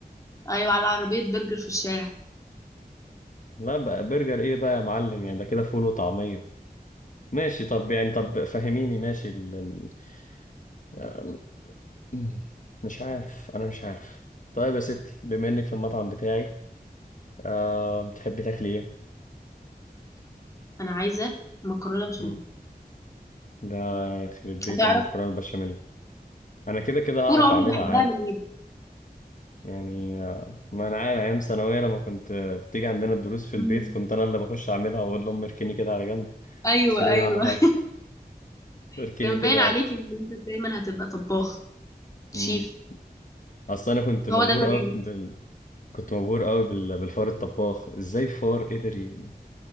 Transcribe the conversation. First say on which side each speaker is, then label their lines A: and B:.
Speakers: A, on the left (about 20°); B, on the left (about 50°).
A: أيوة على عربية برجر في الشارع
B: لا بقى برجر ايه بقى يا معلم يعني ده كده فول وطعمية ماشي طب يعني طب فهميني ماشي ال- ال- مم. مش عارف انا مش عارف طيب يا ستي بما انك في المطعم بتاعي أه بتحبي تاكلي ايه
A: أنا عايزة مكرونة بشاميل
B: مم. ده يخرب بيت
A: هتعرف
B: المكرونه البشاميل انا كده كده هعرف
A: طول عمري
B: اعملها
A: بحبها
B: عادي
A: من إيدك
B: يعني آه، ما انا عارف ايام ثانويه لما كنت آه، بتيجي عندنا الدروس في البيت
A: أمم.
B: كنت انا اللي بخش اعملها واقول لهم اركني كده على جنب
A: أيوة
B: خليني
A: أيوة
B: اعملها لك
A: <laughs>
B: اركني
A: كان
B: كده
A: باين عليك إن أنت دايما هتبقى طباخ شيف
B: مم. اصل انا كنت مبهور
A: هو ده المجال
B: قوي بال... كنت مبهور قوي بال... بالفار الطباخ ازاي فار قدر ي-